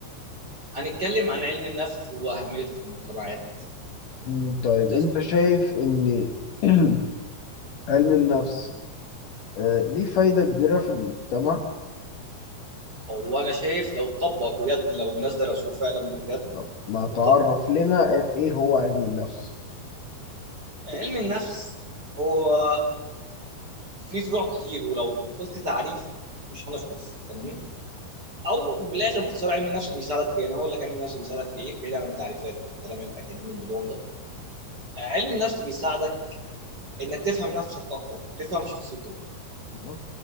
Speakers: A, on the right; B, on the left.
A: هنتكلم عن علم النفس وأهميته في المجتمعات
B: مم، طيب
A: وتأثيره
B: أنت شايف إن <clears throat> علم النفس أه ليه فايدة كبيرة في المجتمع؟
A: هو أنا شايف لو اتطبق بجد لو الناس درسوه فعلا بجد
B: طب ما تعرف
A: وطبقوا
B: لنا قال إيه هو علم النفس؟
A: علم النفس هو فيه فروع كتير ولو قلت تعريف مش هنخلص تمام أو بالآخر باختصار علم النفس بيساعدك في إيه؟ أنا هقول لك علم النفس بيساعدك في إيه بعيد عن التعريفات والكلام الأكاديمي البدون ده علم النفس بيساعدك إنك تفهم نفسك أكتر تفهم شخصيتك
B: تمام؟